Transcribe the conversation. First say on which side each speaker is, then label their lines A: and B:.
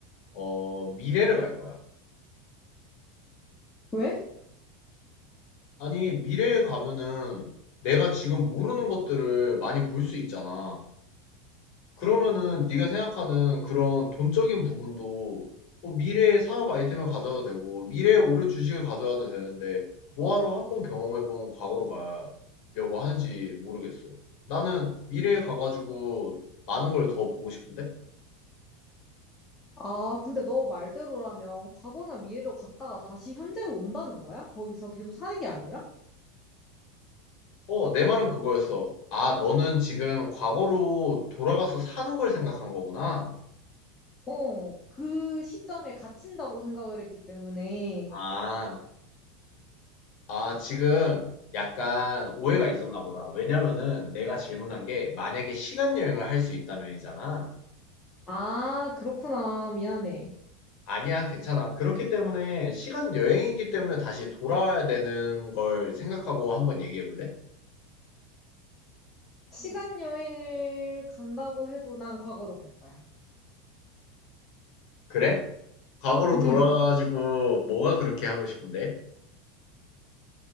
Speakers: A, on the left (about 45°); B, on the left (about 25°).
A: 어, 미래를 갈 거야.
B: 왜?
A: 아니, 미래에 가면은 내가 지금 모르는 것들을 많이 볼 수 있잖아. 그러면은 네가 생각하는 그런 돈적인 부분도 뭐 미래의 사업 아이템을 가져와도 되고, 미래에 오를 주식을 가져와도 되는데, 뭐하러 한번 경험해본 과거로 가려고 하는지 모르겠어. 나는 미래에 가가지고 많은 걸 더 보고 싶은데?
B: 아, 근데 너 말대로라면 과거나 미래로 갔다가 다시 현재로 온다는 거야? 거기서 계속 사는 게 아니라?
A: 어, 내 말은 그거였어. 아, 너는 지금 과거로 돌아가서 사는 걸 생각한 거구나.
B: 어, 그 시점에 갇힌다고 생각을 했기 때문에.
A: 아, 아, 지금 약간 오해가 있었나 보다. 왜냐면은 내가 질문한 게 만약에 시간 여행을 할 수 있다면이잖아.
B: 아, 그렇구나. 미안해.
A: 아니야, 괜찮아. 그렇기 때문에 시간 여행이기 때문에 다시 돌아와야 되는 걸 생각하고 한번 얘기해 볼래?
B: 시간 여행을 간다고 해도 난 과거로 갈 거야.
A: 그래? 과거로
B: 음.
A: 돌아가가지고 뭐가 그렇게 하고 싶은데?